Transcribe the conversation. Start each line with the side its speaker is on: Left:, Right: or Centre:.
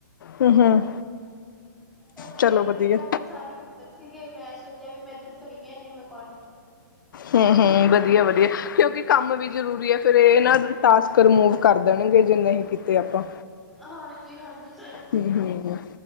Left: ਹਮ ਹਮ
Centre: ਅੱਧੇ,
Left: ਚਲੋ
Centre: ਮੇਰੇ
Left: ਵਧੀਆ
Centre: ਘਰ ਦੇ ਸਾਰੇ ਉੱਧਰ ਸੀਗੇ, ਮੈਂ ਸੋਚਿਆ ਵੀ ਮੈਂ ਇੱਧਰ ਫਰੀ ਹਾਂ, ਮੈਂ ਕਲਿੰਗ
Left: ਹਮ ਹਮ, ਵਧੀਆ ਵਧੀਆ, ਕਿਉਂਕਿ ਕੰਮ ਵੀ ਜ਼ਰੂਰੀ ਹੈ ਫਿਰ ਇਹ ਨਾ, ਟਾਸਕ ਰਿਮੂਵ ਕਰ ਦੇਣਗੇ ਜੇ ਨਹੀਂ ਕੀਤੇ ਆਪਾਂ।
Centre: ਹਰ ਜੀ, ਹਾਂਜੀ।
Left: ਹਮ ਹਮ।